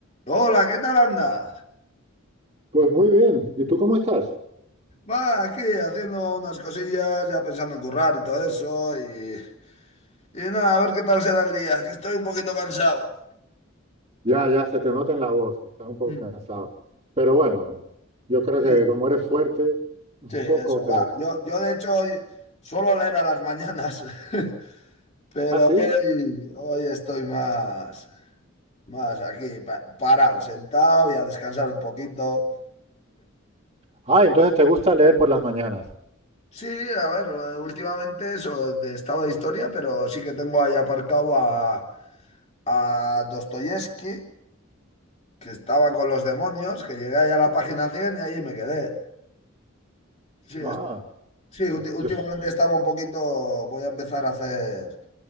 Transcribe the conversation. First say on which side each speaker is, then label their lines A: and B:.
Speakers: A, on the left; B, on the right.
A: Hola, ¿qué tal andas?
B: Pues muy bien. ¿Y tú cómo estás?
A: Va, aquí haciendo unas cosillas, ya pensando en currar y todo eso, y, y nada, a ver qué tal se da el día, que estoy un poquito cansado.
B: Ya, ya, se te nota en la voz que estás un poco
A: Mm.
B: cansado. Pero bueno, yo creo
A: Sí,
B: que como eres fuerte, <laughs> un
A: sí, eso,
B: poco te...
A: va. Yo, yo de hecho hoy suelo leer a las mañanas, <laughs> pero
B: Ah, sí.
A: hoy, hoy estoy más, más aquí, pa- parado, sentado y a descansar un poquito.
B: Ah, entonces te gusta leer por las mañanas.
A: Sí, a ver, eh, últimamente eso de- estaba de historia, pero sí que tengo ahí aparcado a, a Dostoyevsky que estaba con los demonios, que llegué ahí a la página 100 y allí me quedé. Sí, est-
B: Ah,
A: sí, ulti- últimamente
B: yo... s-
A: estaba un poquito, voy a empezar a hacer,